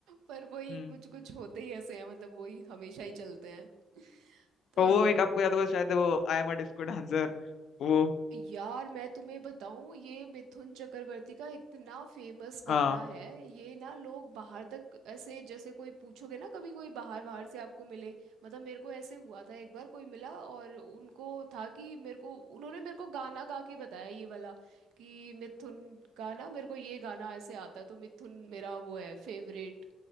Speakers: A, on the right (about 85°); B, on the left (about 65°).
A: पर वही
B: हम्म
A: कुछ कुछ होते ही ऐसे हैं मतलब वही हमेशा ही चलते हैं तो
B: और वो एक आपको याद होगा शायद वो I am a disco dancer वो
A: यार मैं तुम्हें बताऊं ये मिथुन चक्रवर्ती का इतना फेमस गाना
B: हाँ
A: है ये ना लोग बाहर तक ऐसे जैसे कोई पूछोगे ना कभी कोई बाहर बाहर से आपको मिले मतलब मेरे को ऐसे हुआ था एक बार कोई मिला और उनको था कि मेरे को उन्होंने मेरे को गाना गा के बताया ये वाला कि मिथुन का ना मेरे को ये गाना ऐसे आता तो मिथुन मेरा वो है फेवरेट